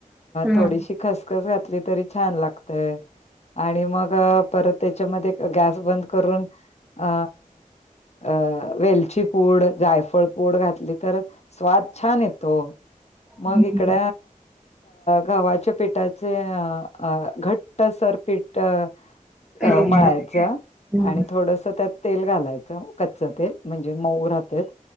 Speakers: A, in the centre; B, on the left (about 50°).
A: हम्म
B: थोडीशीिक सकस घातली तरी छान लागतय आणि मग परत त्याच्यामध्ये गॅस बंद करून अ अ वेलची पूड जायफळ पूड घातली तर स्वाद छान येतो मग
A: हम्म
B: इकड गावाच्या पेट घट्ट सरपीट अ
A: करून
B: मळायचं
A: घ्या. हम्म
B: आणि थोडस त्यात तेल घालायचं कच्च तेल म्हणजे मऊ राहतात